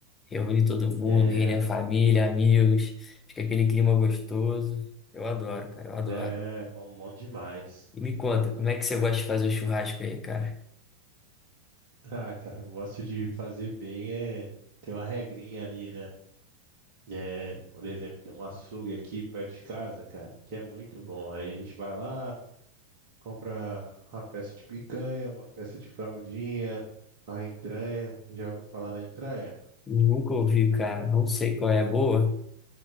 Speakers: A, on the left; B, on the right.
A: Reúne todo mundo,
B: É,
A: reúne a família, amigos, fica aquele clima gostoso. Eu adoro, cara, eu adoro.
B: é bom, bom demais.
A: E me conta, como é que você gosta de fazer o churrasco aí, cara?
B: Ah, cara, eu gosto de fazer bem, é, tem uma regrinha ali, né? É, por exemplo, tem um açougue aqui perto de casa, cara, que é muito bom. Aí a gente vai lá, compra uma peça de picanha, uma peça de fraldinha, a entranha. Já ouviu falar da entranha?
A: Nunca ouvi, cara, não sei qual é a boa.